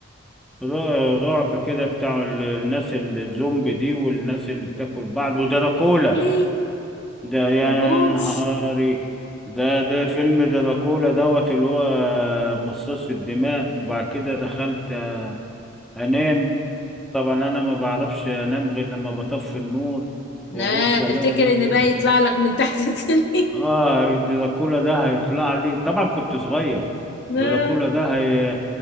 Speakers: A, in the centre; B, on the left (about 50°).
A: ر- رعب كده بتاع ال- الناس الزومبي دي والناس اللي بتاكل بعض ودراكولا
B: ايه
A: ده يا
B: مبحبوش
A: نهاري ده ده فيلم دراكولا دوت اللي هو مصاص الدماء وبعد كده دخلت انام طبعا انا ما بعرفش انام غير لما بطفي النور
B: لا
A: وابص الاقي
B: تفتكر
A: ايه
B: ان
A: بي...
B: بقى يطلع لك من تحت السلم
A: اه الدراكولا ده هيطلع لي طبعا كنت صغير
B: <laughs> لا
A: الدراكولا ده هي...